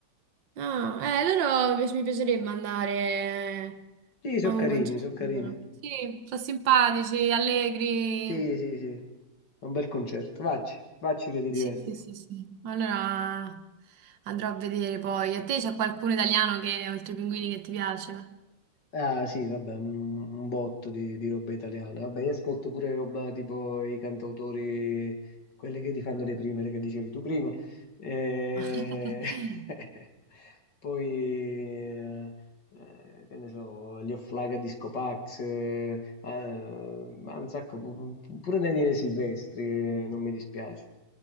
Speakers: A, on the right (about 70°); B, on the left (about 65°).
A: Ah, eh, loro mi mi piacerebbe andare
B: Sì, sono
A: a un
B: carini,
A: concerto
B: sono carini.
A: loro. Sì, sono simpatici, allegri.
B: Sì, sì, sì, è un bel concerto. Vacci, vacci che ti
A: Sì,
B: diverti.
A: sì, sì, sì. Allora andrò a vedere poi. A te c'è qualcuno italiano che, oltre ai pinguini, che ti piace?
B: Ah, sì, vabbè, un, un botto di, di roba italiana. Vabbè, io ascolto pure roba tipo i cantautori, quelli che ti fanno le prime, che dicevi tu prima. E...
A: <laughs>
B: <laughs> Poi, eh, eh, che ne so, gli Offlaga Disco Pax, eh, ah, ma un sacco, pu- pu- pure Daniele Silvestri, eh, non mi dispiace.